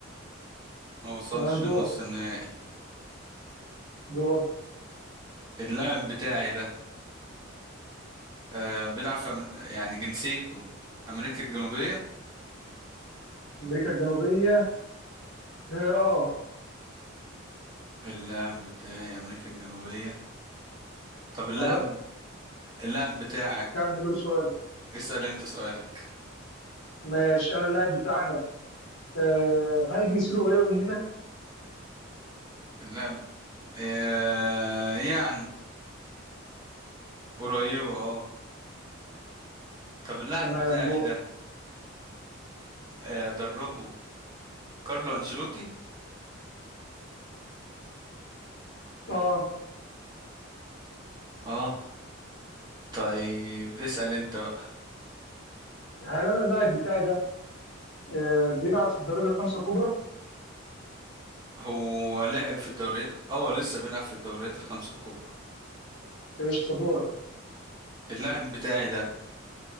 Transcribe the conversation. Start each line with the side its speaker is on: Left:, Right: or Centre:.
Right: ما وصلش
Left: تمام دورة
Right: نص النهائي
Left: دورة
Right: اللاعب بتاعي ده آه... بيلعب في أم... يعني جنسيته أمريكا الجنوبية
Left: امريكا الجنوبية اه آه.
Right: اللاعب بتاعي أمريكا الجنوبية طب اللاعب
Left: طب
Right: اللاعب بتاعك
Left: كملوا السؤال
Right: اسأل أنت سؤالك
Left: ماشي انا اللاعب بتاعنا آه هل جنسيته قريبه مننا
Right: اللاعب آه، يعني قريبة اه طب اللاعب
Left: تمام
Right: بتاعي
Left: دور
Right: ده آه، دربه كارلو أنشيلوتي
Left: اه
Right: اه طيب اسأل أنت بقى
Left: هل انا اللاعب بتاعي ده آه بيلعب في الدرجه الخمسه الكبرى
Right: هو لعب في الدوريات اه لسه بيلعب في الدوريات الخمسة الكبرى
Left: قشطه دور
Right: اللاعب بتاعي ده